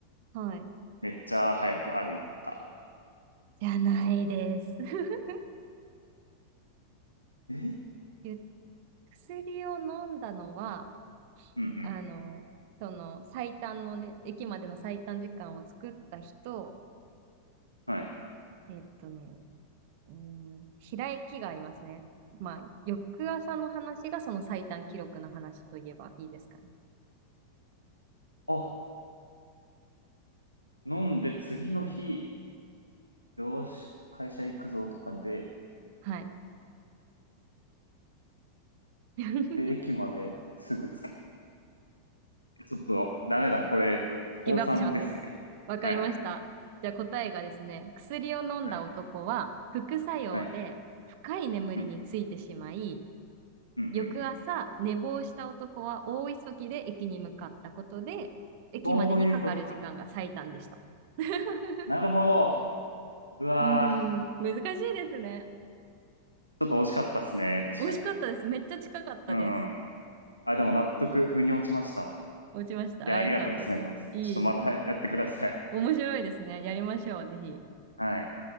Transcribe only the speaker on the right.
はい。
じゃないです。<laughs>
ゆ薬を飲んだのは、
あの、その最短のね、駅までの最短時間を作った人、
えっとね、うーん、開きがありますね。まあ、翌朝の話がその最短記録の話といえばいいですかね。
はい。<laughs>
ギブアップしますわかりました。
じゃあ答えがですね、薬を飲んだ男は副作用で深い眠りについてしまい、
翌朝寝坊した男は大急ぎで駅に向かったことで、駅までにかかる時間が最短でした。
<laughs>
うーん、難しいですね。
美味しかったです。めっちゃ近かったです。
落ちました。
あ、
よかったです。いえいえ、
お面白いですね。やりましょう、ぜひ。